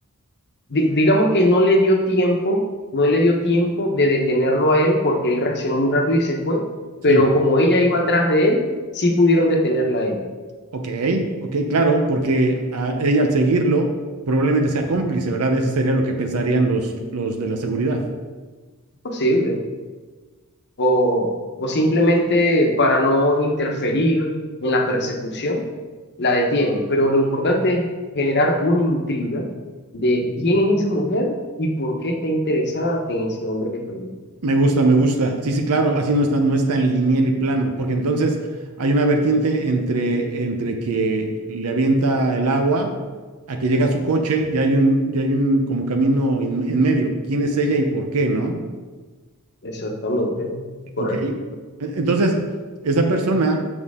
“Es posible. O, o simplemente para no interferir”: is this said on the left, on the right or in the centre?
Left